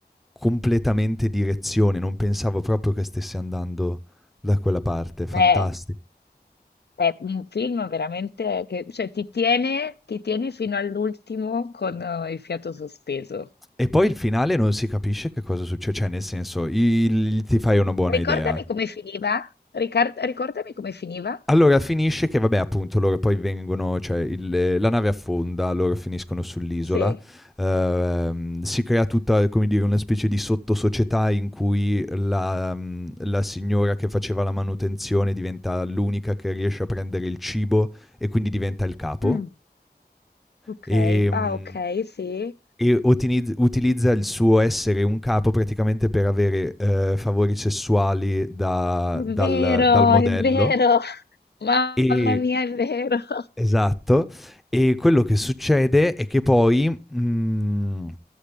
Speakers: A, in the centre; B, on the left.
A: completamente direzione, non pensavo proprio che stesse andando da quella parte, fantastico.
B: Eh, è un film veramente che, cioè, ti tiene, ti tiene fino all'ultimo con eh, il fiato sospeso.
A: E poi il finale non si capisce che cosa succede, cioè nel senso, il- ti fai una buona
B: Ricordami
A: idea.
B: come finiva? Ricar- ricordami come finiva?
A: Allora finisce che vabbè appunto loro poi vengono, cioè il- la nave affonda, loro finiscono sull'isola,
B: Sì.
A: ehm, si crea tutta come dire una specie di sottosocietà in cui la, mm, la signora che faceva la manutenzione diventa l'unica che riesce a prendere il cibo e quindi diventa il capo
B: Mm, ok.
A: Ehm,
B: Ah, ok, sì.
A: e otiniz- utilizza il suo essere un capo praticamente per avere, ehm, favori sessuali da
B: È
A: dal
B: vero,
A: dal modello
B: è vero. <laughs> Mamma
A: e
B: mia, è vero. <laughs>
A: Esatto. E quello che succede è che poi, mhmm,